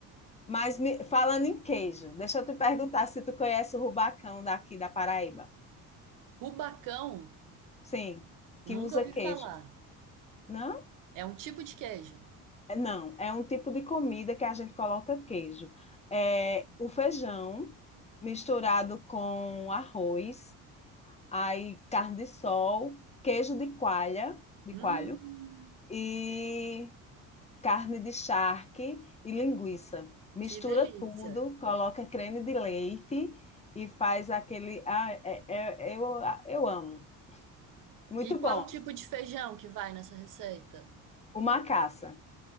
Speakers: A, on the left; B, on the right.
A: Mas me- falando em queijo, deixa eu te perguntar se tu conhece o rubacão daqui da Paraíba.
B: Rubacão,
A: Sim,
B: nunca
A: que usa
B: ouvi
A: queijo.
B: falar.
A: Não?
B: É um tipo de queijo.
A: É- Não, é um tipo de comida que a gente coloca queijo. É o feijão misturado com arroz, aí carne de sol, queijo de coalha, de
B: Hum,
A: coalho e carne de charque e linguiça. Mistura
B: que delícia.
A: tudo, coloca creme de leite e faz aquele. Ah, é- é- eu, eu amo. Muito
B: E qual
A: bom.
B: tipo de feijão que vai nessa receita?
A: O macaça,